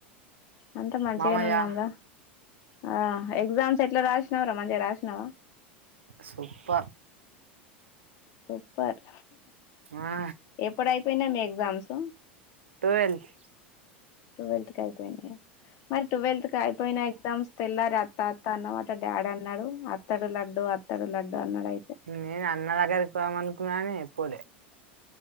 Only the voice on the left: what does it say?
అంత మంచిగనే
ఉన్నాంరా ఆ ఎగ్జామ్స్ ఎట్లా రాసినావురా మంచిగా రాసినావా
సూపర్
ఎప్పుడు అయిపోయినాయి మీ ఎగ్జామ్స్
టువెల్త్ కి అయిపోయినాయా మరి టువెల్త్ కి అయిపోయినాయ్ సంస్ తెల్లారి అత్త అత్త అన్నవట డాడీ అన్నాడు వత్తడు లడ్డు వత్తడు లడ్డు అన్నాడు అయితే